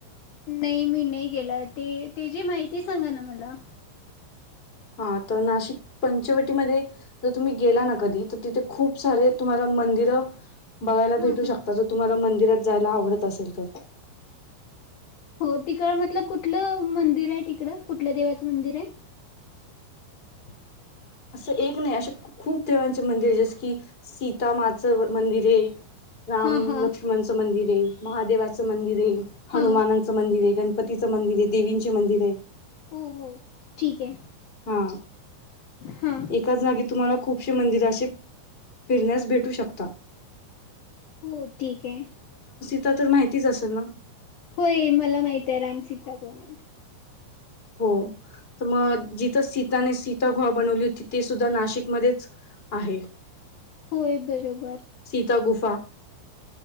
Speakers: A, on the left (about 75°); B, on the left (about 20°).
A: नाही मी नाही गेला. ते तेजी माहिती सांगा ना मला.
B: हा. तर नाशिक पंचवटीमध्ये जर तुम्ही गेला ना कधी तर तिथे खूप सारे तुम्हाला मंदिर बघायला
A: हां
B: भेटू
A: हां
B: शकता. जर तुम्हाला मंदिरात जायला आवडत असेल तर.
A: हो तिकड मतल कुठलं मंदिर हाय तिकड कुठलं देवाचं मंदिर हाय?
B: <inaudible> असं एक नाही, असे खूप देवांचे मंदिरये जस की सीतामाचं मंदिरये. राम
A: हां हां
B: लक्ष्मणचं मंदिरये. महादेवाचं मंदिरये.
A: हां
B: हनुमानांचं मंदिरये. गण- - पतीचं मंदिरये. देवींचे मंदिराईत.
A: हो हो ठीक आहे.
B: हा,
A: हां
B: एकाच जागी तुम्हाला खूपसे मंदिर असे फिरण्यास भेटू शकत.
A: हो ठीक आहे.
B: आता तर माहितीच असेल ना.
A: होय मला माहित आहे रामसीता कोण आहेत.
B: हो, त म जिथं सीताने सीता घुहा बनवली होती ते सुद्धा नाशिकमध्येच आहे.
A: होय बरोबर.
B: सीता गुफा.